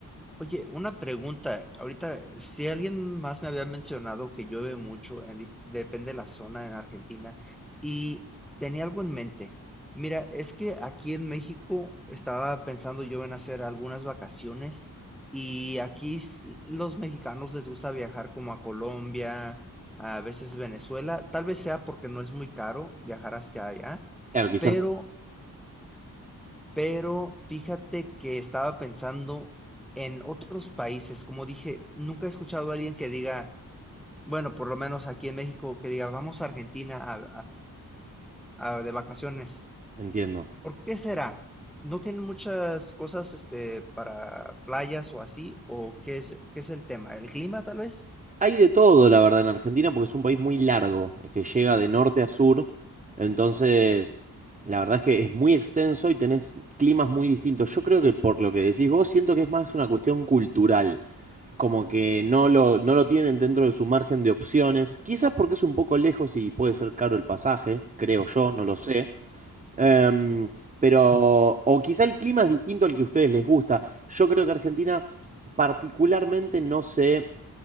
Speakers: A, in the centre; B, on the right.
A: Oye, una pregunta. Ahorita, si alguien más me había mencionado que llueve mucho, en di- depende de la zona en Argentina, y tenía algo en mente. Mira, es que aquí en México estaba pensando yo en hacer algunas vacaciones y aquí s- los mexicanos les gusta viajar como a Colombia, a veces Venezuela. Tal vez sea porque no es muy caro viajar hacia allá,
B: Claro, quizás
A: pero... Pero fíjate que estaba pensando en otros países, como dije, nunca he escuchado a alguien que diga, bueno, por lo menos aquí en México, que diga, vamos a Argentina a, a- a- de vacaciones.
B: no, entiendo.
A: ¿Por qué será? ¿No tienen muchas cosas este, para playas o así? ¿O qué es, qué es el tema? ¿El clima tal vez?
B: Hay de todo, la verdad, en Argentina, porque es un país muy largo, eh, que llega de norte a sur, entonces la verdad es que es muy extenso y tenés climas muy distintos. Yo creo que por lo que decís vos, siento que es más una cuestión cultural. como que no lo, no lo tienen dentro de su margen de opciones, quizás porque es un poco lejos y puede ser caro el pasaje, creo yo, no lo sé. Em, pero, o quizá el clima es distinto al que a ustedes les gusta. Yo creo que Argentina particularmente no sé